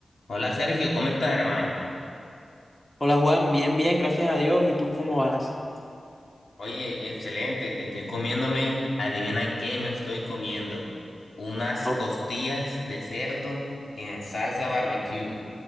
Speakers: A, on the left (about 75°); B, on the left (about 20°).
A: Hola Sergio, ¿cómo estás, hermano?
B: Hola Juan, bien, bien, gracias a Dios. ¿Y tú cómo vas?
A: Oye, excelente. Estoy comiéndome, adivina qué me estoy comiendo. Unas
B: O-
A: costillas de cerdo en salsa barbecue.